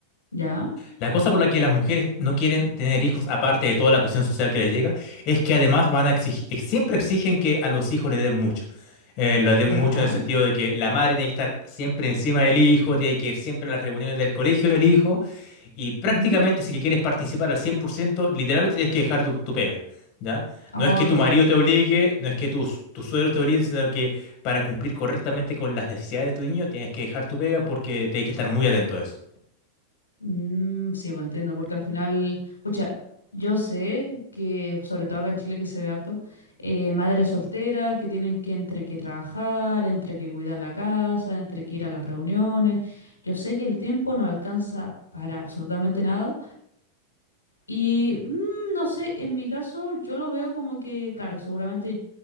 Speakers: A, on the left; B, on the left.
A: Ya,
B: la cosa por la que las mujeres no quieren tener hijos, aparte de toda la presión social que les llega, es que además van a exigir, siempre exigen que a los hijos les den mucho. Eh, les den
A: ya.
B: mucho en el sentido de que la madre tiene que estar siempre encima del hijo, tiene que ir siempre a las reuniones del colegio del hijo, y prácticamente
A: ujú.
B: si que quieres participar al 100%, literalmente tienes que dejar tu, tu pega. ¿Ya?
A: Ah,
B: No es que tu
A: qué horrible.
B: marido te obligue, no es que tus, tus suegros te obliguen, sino que para cumplir correctamente con las necesidades de tu niño tienes que dejar tu pega porque tienes que estar muy atento a eso.
A: Mm, sí, pues entiendo, porque al final, pucha, yo sé que, sobre todo acá en Chile que se ve harto, eh, madres solteras que tienen que entre que trabajar, entre que cuidar la casa, entre que ir a las reuniones. Yo sé que el tiempo no alcanza para absolutamente nada. Y mm, no sé, en mi caso yo lo veo como que, claro, seguramente